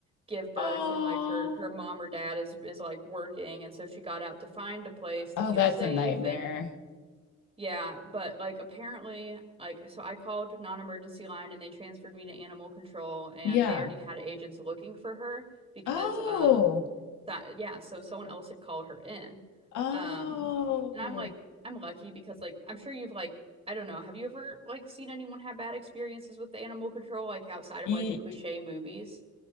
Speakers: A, on the right; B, on the left.
A: give birth
B: Oh,
A: and like her her mom or dad is is like working and so she got out to find a place to
B: oh,
A: feel
B: that's
A: safe
B: a nightmare.
A: and yeah, but like apparently, like so I called non-emergency line and they transferred me to animal control and
B: Yeah.
A: they already had agents looking for her because
B: Oh,
A: um that yeah, so someone else had called her in.
B: oh,
A: Um and I'm like I'm lucky because like I'm sure you've like I don't know, have you ever like seen anyone have bad experiences with animal control like outside of
B: Ye
A: like the cliche movies?